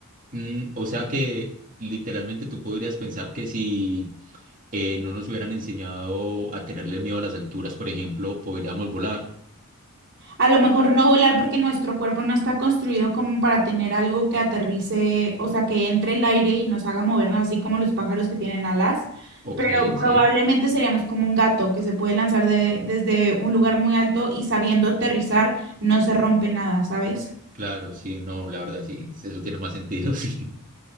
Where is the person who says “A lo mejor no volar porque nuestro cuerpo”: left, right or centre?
Right